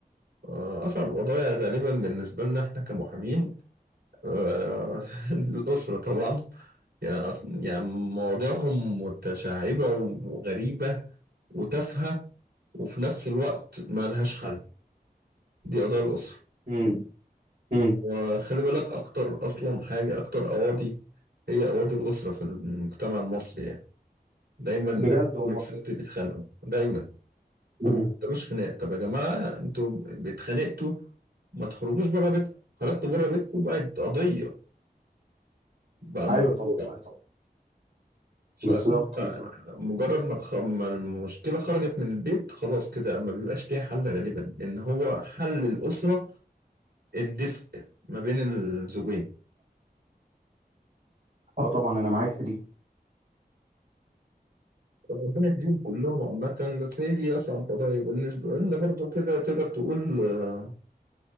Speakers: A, on the right; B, on the right.
A: آه، أصعب قضايا غالبا بالنسبة لنا إحنا كمحامين آه، <laughs> الأسرة طبعا يعني أص- يعني مواضيعهم متشعبة وغريبة وتافهة وفي نفس الوقت ما لهاش حل دي قضايا الأسرة
B: مم. مم.
A: وخلي بالك أكتر أصلا حاجة أكتر أواضي هي أواضي الأسرة في المجتمع المصري يعني دايما الرجل
B: بجد والله
A: والست بيتخانقوا دايما
B: مم.
A: ما بيبطلوش خناق طب يا جماعة أنتوا بتخانقتوا ما تخرجوش بره بيتكم خرجتوا بره بيتكم بقت قضية بقى
B: ايوه
A: موضوع
B: طبعا ايوه طبعا
A: فأنت
B: بالظبط بالظبط
A: مجرد ما تخ- ما المشكلة خرجت من البيت خلاص كده ما بيبقاش ليها حل غالبا لأن هو حل الأسرة الدفء ما بين الزوجين
B: اه طبعا انا معاك في دي
A: ربنا يهديهم كلهم عامة بس هي دي أصعب قضايا بالنسبة لنا برضو كده تقدر تقول آه،